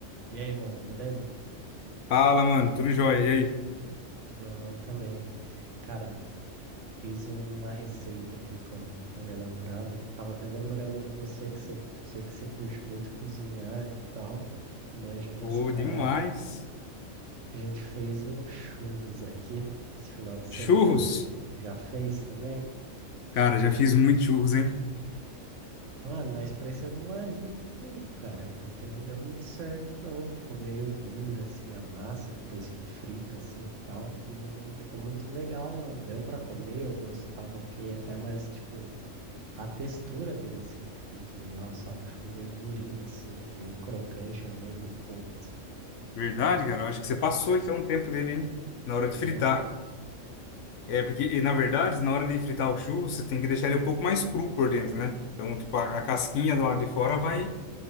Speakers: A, on the right; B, on the left.
A: E aí, mano, beleza?
B: Fala, mano, tudo jóia? E aí?
A: Bom também. Cara, fiz uma receita aqui com a, com a minha namorada. Tava até lembrando de você, que você, sei que você curte muito cozinhar e tal, né? Manja das
B: Ô,
A: paradas.
B: demais.
A: A gente fez um churros aqui esse final de semana.
B: Churros?
A: Já fez também?
B: Cara, já fiz muito churros, hein?
A: Mano, nós precisamos de uma dica aí, cara, porque não deu muito certo, não. Ficou meio dura, assim, a massa depois que frita, assim, e tal. Não, não ficou muito legal, não. Deu pra comer, o gosto tava ok, até, mas, tipo, a textura dele, assim, não ficou muito legal, sabe? Ficou meio durinho, assim, meio crocante além do ponto.
B: Verdade, cara. Eu acho que você passou então o tempo dele, hein? Na hora
A: Será?
B: de fritar. É, porque, e, na verdade, na hora de fritar o churro, você tem que deixar ele um pouco mais cru por dentro, né? Então, tipo, a, a casquinha do lado de fora vai,